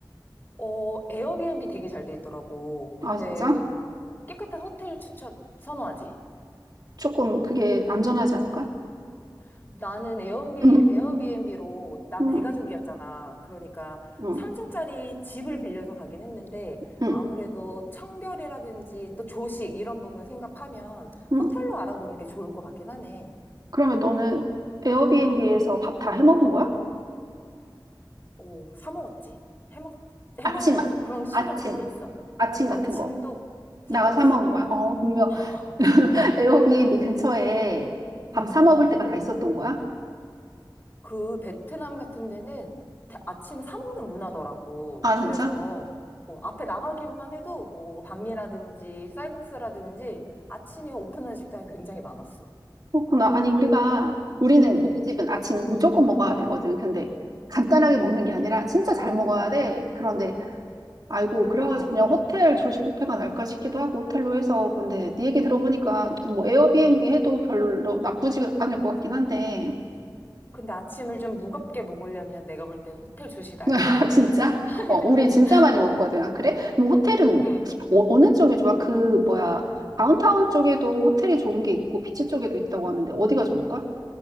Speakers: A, on the left; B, on the right.
A: 어, 에어비앤비 되게 잘 돼 있더라고. 근데
B: 아, 진짜?
A: 깨끗한 호텔 추천 선호하지.
B: 조금 그게 안전하지 않을까?
A: 어. 나는 에어비,
B: 응,
A: 에어비앤비로 난
B: 응,
A: 대가족이었잖아. 그러니까
B: 응,
A: 3층짜리 집을 빌려서 가긴 했는데
B: 응.
A: 아무래도 청결이라든지 또 조식 이런 부분 생각하면
B: 응.
A: 호텔로 알아보는 게 좋을 것 같긴 하네.
B: 그러면 너는 에어비앤비에서
A: 응.
B: 밥 다 해 먹은 거야?
A: 오, 사 먹었지. 해먹, 해먹은
B: 아침만.
A: 그런 시설은
B: 아침.
A: 다 돼 있어.
B: 아침
A: 아침도
B: 같은 거.
A: 사
B: 나가서
A: 먹었어.
B: 사 먹은 거야? 어, 분명
A: <laughs>
B: <laughs> 에어비앤비 근처에 밥
A: 응.
B: 사 먹을 때가 다 있었던 거야?
A: 그 베트남 같은 데는 대- 아침을 사 먹는 문화더라고.
B: 아,
A: 그래서
B: 진짜?
A: 뭐 앞에 나가기만 해도 뭐 반미라든지 쌀국수라든지 아침에 오픈하는 식당이 굉장히 많았어.
B: 그렇구나. 아니, 우리가, 우리는,
A: 음.
B: 우리 집은 아침 무조건 먹어야 되거든. 근데 간단하게 먹는 게 아니라 진짜 잘 먹어야
A: 어.
B: 돼. 그런데, 아이고, 그래가지고
A: 아.
B: 그냥 호텔 조식 뷔페가 날까 싶기도 하고, 호텔로 해서. 근데 네 얘기 들어보니까 뭐 에어비앤비
A: 음.
B: 해도 별로 나쁘지 않을 것 같긴 한데.
A: 근데 아침을 좀 무겁게 먹으려면 내가 볼 땐 호텔 조식이 낫-
B: <laughs> 아,
A: 낫겠다.
B: 진짜?
A: <laughs>
B: 어, 우리 진짜 많이
A: 어.
B: 먹거든. 아, 그래? 뭐 호텔은
A: 음.
B: 어, 어느 쪽이 좋아? 그, 뭐야, 다운타운 쪽에도 호텔이 좋은 게 있고, 비치 쪽에도 있다고 하는데, 어디가 좋을까?